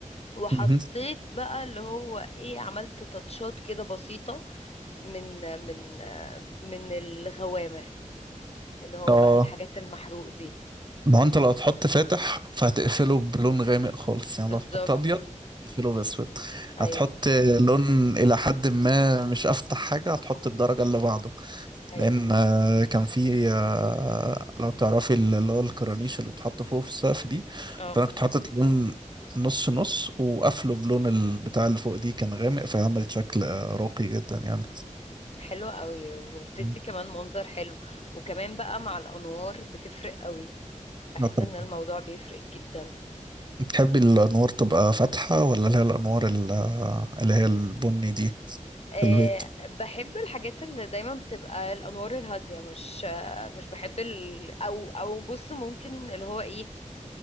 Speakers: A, on the left; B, on the right.
A: وحطيت
B: مهم.
A: بقى اللي هو ايه عملت تاتشات كده بسيطة من من من الغوامق اللي هو
B: اه
A: بقى الحاجات المحروق دي
B: ما هو انت لو هتحط فاتح فهتقفله بلون غامق خالص يعني
A: بالظبط
B: لو هتحط ابيض تقفله باسود
A: ايوه
B: هتحط لون الى حد ما مش افتح حاجه هتحط الدرجه اللي بعده
A: ايوه
B: لان آه، كان في آه، لو تعرفي اللي هو الكرانيش اللي بتحط فوق في السقف دي
A: اه
B: فانا كنت حاطط لون نص نص وقافله بلون البتاع اللي فوق دي كان غامق فعملت شكل آه، راقي جدا يعني
A: حلوة قوي وبتدي
B: مم.
A: كمان منظر حلو وكمان بقى مع الانوار بتفرق قوي بحس
B: اه طبعا
A: ان الموضوع بيفرق جدا
B: بتحبي الانوار تبقى فاتحه ولا اللي هي الانوار ال- اللي هي البني دي
A: أه
B: في البيت
A: بحب الحاجات اللي دايما بتبقى الانوار الهاديه مش آه، مش بحب ال... او او بص ممكن اللي هو ايه